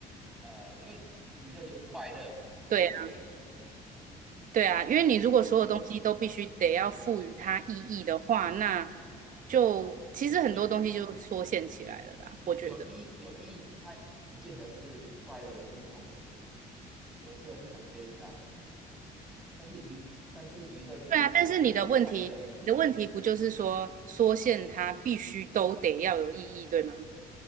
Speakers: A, in the centre; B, on the right.
A: 呃，因为娱乐就是快乐，
B: 对啊，
A: 对，
B: 对啊，因为你如果所有东西都必须得要赋予它意义的话，
A: 而有
B: 那就其实很多东西就缩限起来了啦，
A: 意
B: 我觉得。
A: 有意义有意义，它不见得是快乐，有时候是痛苦的，有时候是很悲伤的，但是娱但是娱乐就是快乐，
B: 对啊，但是你的问题，你的问题不就是说缩限它必须都得要有意义，对吗？